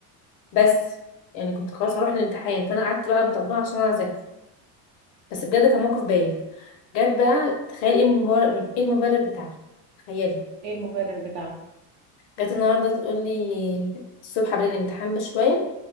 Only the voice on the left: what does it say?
بس يعني كنت خلاص هروح الامتحان فانا قعدت بقى مطبقه عشان انا اذاكر بس بجد كان موقف بايخ جت بقى تخيل ايه المبرر من ايه المبرر بتاعها تخيلي
جت النهارده تقول لي الصبح قبل الامتحان بشويه